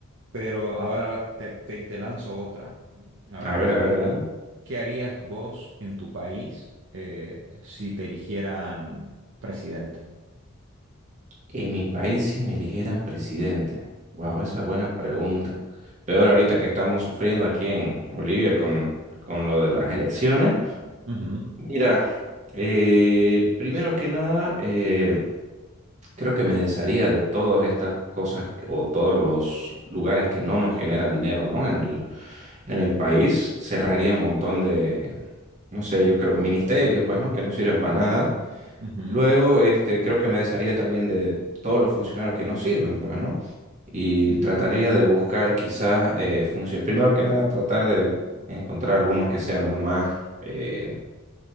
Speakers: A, on the right; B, on the right.
A: Pero ahora te, te- te lanzo otra. A ver,
B: A ver, a ver, dale.
A: ¿qué harías vos en tu país eh, si te eligieran presidente?
B: En mi país, si me eligieran presidente. Wow,
A: Ujú,
B: esa es buena pregunta. Peor ahorita que estamos sufriendo aquí en Bolivia con, con lo de las elecciones.
A: ujú,
B: Mira, eh, primero que nada, eh, creo que me desharía de todas estas cosas o todos los lugares que no nos generan dinero, ¿no? En el, en el país cerraría un montón de, no sé, yo creo, ministerios, pues, ¿no? Que no sirven para nada.
A: ujú,
B: Luego, este, creo que me desharía también de todos los funcionarios que no sirven, pues, ¿no? Y
A: ujú,
B: trataría de buscar quizás eh, funciones. Primero que nada, tratar de encontrar algunos que sean los más, eh,